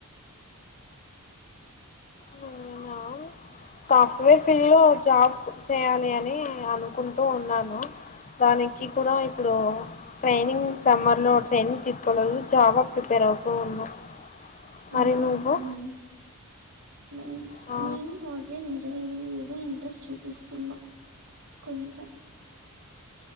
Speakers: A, on the left; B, on the right.
A: నేనా సాఫ్ట్వేర్ ఫీల్డ్ లో జాబ్ చేయాలి అని అనుకుంటూ ఉన్నాను. దానికి కూడా ఇప్పుడు ట్రైనింగ్ సమ్మర్ లో ట్రైనింగ్ తీసుకోలేదు, జావ ప్రిపేర్ అవుతూ ఉన్నా, మరి
B: ఆహా
A: నువ్వు?
B: అవునా నైస్,
A: ఆ
B: నేను హార్డ్వేర్ ఇంజనీరింగ్ మీద ఇంట్రెస్ట్ చూపిస్తున్నా కొంచం